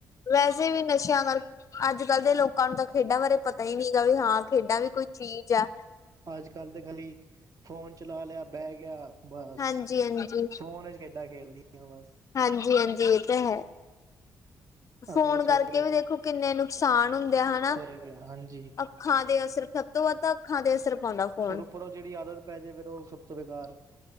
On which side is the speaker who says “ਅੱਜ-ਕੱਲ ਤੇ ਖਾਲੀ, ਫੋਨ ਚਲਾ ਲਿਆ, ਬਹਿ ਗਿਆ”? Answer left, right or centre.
Right